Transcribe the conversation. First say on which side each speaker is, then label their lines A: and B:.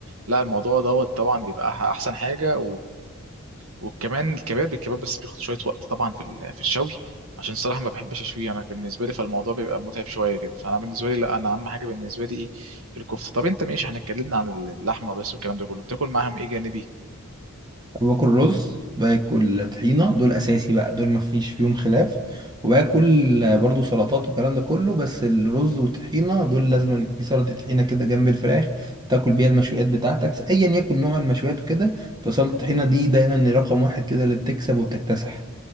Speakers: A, on the right; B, on the right.
A: لا الموضوع دوت طبعا بيبقى احسن حاجه وكمان الكباب الكباب بس بياخد شويه وقت طبعا في ال- في الشوي عشان صراحه ما بحبش اشويه انا بالنسبه لي فالموضوع بيبقى متعب شويه كده فانا بالنسبه لي لا انا اهم حاجه بالنسبه لي ايه الكفته طب انت ماشي احنا اتكلمنا عن اللحمه بس والكلام ده كله بتاكل معاهم ايه جانبي
B: باكل رز باكل طحينه دول اساسي بقى دول ما فيش فيهم خلاف وباكل برضو سلطات والكلام ده كله بس الرز والطحينه دول لازم يبقى في سلطه طحينه كده جنب الفراخ تاكل بيها المشويات بتاعتك ايا يكن نوع المشويات وكده فسلطه الطحينه دي دايما رقم واحد كده اللي بتكسب وبتكتسح